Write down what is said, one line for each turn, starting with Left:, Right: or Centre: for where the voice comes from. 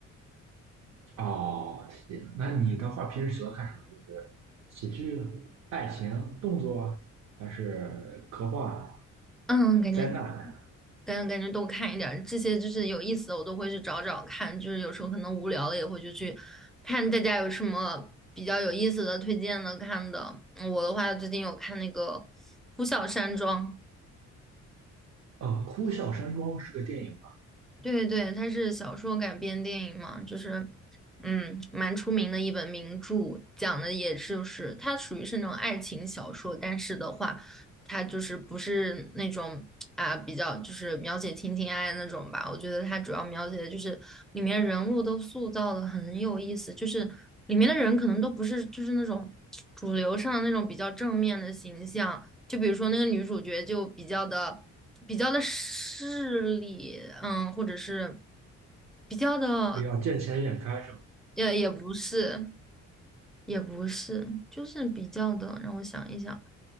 Right: 哦，行。那你的话平时喜欢看什么？就是喜剧、爱情、动作啊，还是科幻、
Centre: 嗯，感觉。
Right: 灾难？
Centre: 跟感觉都看一点儿，这些就是有意思的，我都会去找找看。就是有时候可能无聊了，也会就去看大家有什么比较有意思的推荐的看的。嗯我的话，最近有看那个《呼啸山庄》，
Right: 哦，《呼啸山庄》是个电影啊，
Centre: 对对，它是小说改编电影嘛，就是，嗯，蛮出名的一本名著，讲的也是就是它属于是那种爱情小说，但是的话，它就是不是那种啊比较就是描写情情爱爱那种吧。我觉得它主要描写的就是里面人物都塑造的很有意思，就是里面的人可能都不是就是那种主流上的那种比较正面的形象，就比如说那个女主角就比较的。比较的势利，嗯，或者是比较的，
Right: 比较见钱眼开是吗？
Centre: 也也不是，也不是，就是比较的，让我想一想，